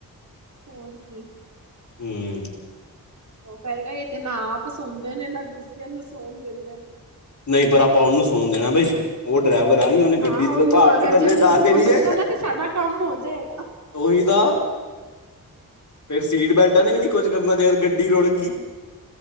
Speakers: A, on the right; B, on the left.
A: ਹੋਰ ਕੀ,
B: ਹਮ,
A: ਉਹ ਕਹੇਗਾ ਇਹ ਤੇ ਨਾ ਆਪ ਸੋਂਦੇ ਨੇ ਨਾ ਦੂਸਰਿਆਂ ਨੂੰ ਸੌਣ ਦਿੰਦੇ ਨੇ,
B: ਨਹੀਂ ਪਰ ਆਪਾਂ ਉਹਨੂੰ ਸੌਣ ਦੇਣਾ ਬਾਈ, ਉਹ ਡਰਾਈਵਰ ਆ ਨੀਂ ਉਹਨੇ
A: ਹਾਂ
B: ਗੱਡੀ
A: ਉਹਨੂੰ
B: ਪਹਾੜ
A: ਅਗਰ
B: ਤੋਂ ਥੱਲੇ
A: ਜੇ ਉਹਨੂੰ
B: ਤਾਰ
A: ਸੌਣ
B: ਦੇਣੀ
A: ਦਿੱਤਾ
B: ਹੈ।
A: ਨਾ ਤੇ ਸਾਡਾ ਕੰਮ ਹੋ ਜਾਏਗਾ
B: ਉਹੀ ਤਾਂ ਫੇਰ ਸੀਟ ਬੈਲਟਾਂ ਨੇ ਵੀ ਨੀ ਕੁਝ ਕਰਨਾ ਜੇ ਗੱਡੀ ਰੁੜ ਗਈ।